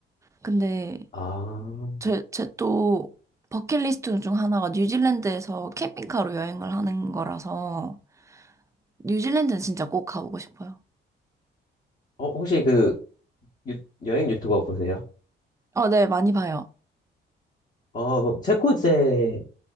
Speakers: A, on the right (about 15°); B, on the left (about 40°).
A: 근데
B: 아,
A: 제, 제 또 버킷리스트 중 하나가 뉴질랜드에서 캠핑카로 여행을 하는 거라서 뉴질랜드는 진짜 꼭 가보고 싶어요.
B: 어, 혹시 그 유- 여행 유튜버 보세요?
A: 어, 네, 많이 봐요.
B: 어, 그럼 체코제